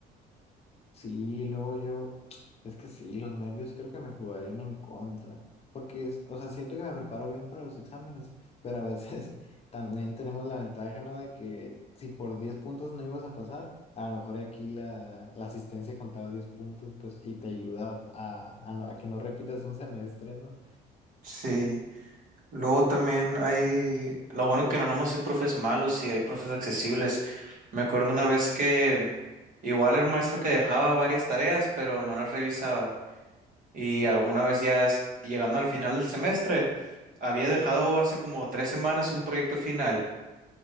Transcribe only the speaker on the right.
Sí. Luego también hay, lo bueno que no nomás hay profes malos, sí hay profes accesibles. Me acuerdo una vez que igual era un maestro que dejaba varias tareas, pero no las revisaba. Y a- una vez ya es- llegando al final del semestre, había dejado hace como tres semanas un proyecto final